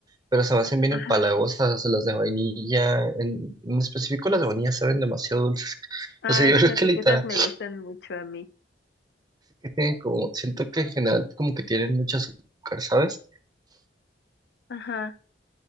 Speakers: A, on the right (about 20°); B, on the left (about 65°).
A: pero se me hacen bien
B: Ajá.
A: empalagosas, las de vainilla, en, en específico las de vainilla saben demasiado dulces. <laughs>
B: Ay,
A: O sea, yo
B: fíjate
A: <laughs> creo que literal
B: que esas me gustan mucho a mí.
A: que tienen como, siento que en general como que tienen mucho azúcar, ¿sabes?
B: Ajá.